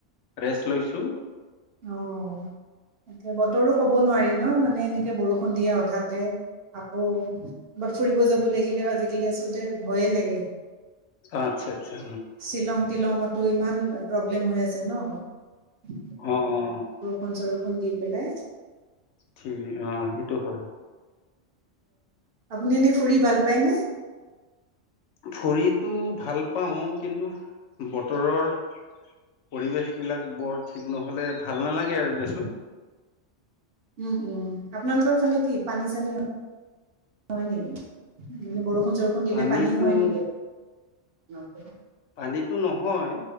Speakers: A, on the left (about 80°); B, on the right (about 60°).
A: ৰেষ্ট লৈছো।
B: অ' তাকে বতৰো কব নোৱাৰি ন' মানে এনে বৰষুণ দিয়ে হঠাতে। আকৌ কৰবাত ফুৰিব যাব লাগিলেও আজিকালি আচলতে ভয়ে লাগে।
A: আচ্ছা আচ্ছা
B: শ্বিলং, তিলঙত। ত' ইমান প্ৰব্লেম হৈ আছে ন' বৰষুণ-চৰষুণ
A: অ অ
B: দি পেলে
A: থ্ৰী অ' সেইটো হয়।
B: আপুনি এনেই ফুৰি ভাল পায়নে?
A: ফুৰিতো ভাল পাও কিন্তু বতৰৰ পৰিৱেশ বিলাক বৰ ঠিক নহ'লে ভাল নালাগে আৰু দেচোন।
B: উম, উম আপোনালোকৰ ফালে কি পানী-চানী। হয় নেকি, মানে বৰষুণ-চৰষুণ দিলে
A: পানীতো
B: পানী হয় নেকি? <unintelligible>
A: পানীতো নহয়